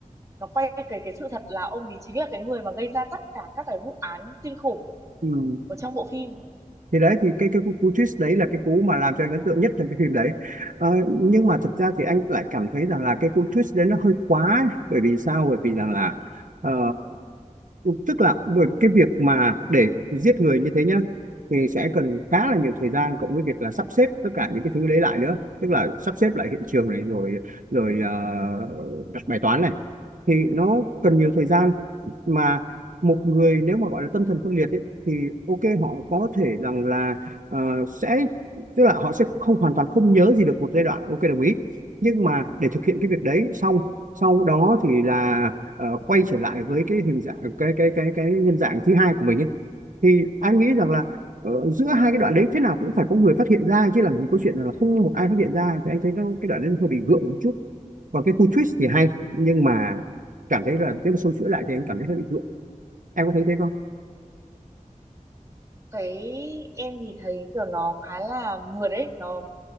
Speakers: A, on the right (about 20°); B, on the right (about 75°).
A: nó quay về cái sự thật là ông ấy chính là cái người mà gây ra tất cả các cái vụ án kinh khủng
B: ừ.
A: ở trong bộ phim
B: thì đấy thì cái cái cú, cú twist đấy là cái cú mà làm cho anh ấn tượng nhất trong cái phim đấy ờ, nhưng mà thực ra thì anh lại cảm thấy rằng là cái cú twist đấy nó hơi quá ấy. bởi vì sao bởi vì rằng là ờ, tức là bởi cái việc mà để giết người như thế nhá thì sẽ cần khá là nhiều thời gian cộng với việc là sắp xếp tất cả những cái thứ đấy lại nữa tức là sắp xếp lại hiện trường này rồi rồi ờ, đặt bài toán này thì nó cần nhiều thời gian mà một người nếu mà gọi là tâm thần phân liệt ấy, thì ok họ có thể rằng là ờ, sẽ tức là họ sẽ không hoàn toàn không nhớ gì được một giai đoạn ok đồng ý nhưng mà để thực hiện cái việc đấy xong sau đó thì là ờ, quay trở lại với cái hình dạng cái cái cái cái nhân dạng thứ hai của mình ấy. thì anh nghĩ rằng là ờ, giữa hai cái đoạn đấy thế nào cũng phải có người phát hiện ra chứ làm gì có chuyện là không một ai phát hiện ra thì anh thấy nó cái đoạn đấy nó hơi bị gượng một chút còn cái khu twist thì hay nhưng mà cảm thấy là nếu mà xâu chuỗi lại thì em cảm thấy hơi bị gượng em có thấy thế không
A: cái em thì thấy kiểu nó khá là mượt đấy nó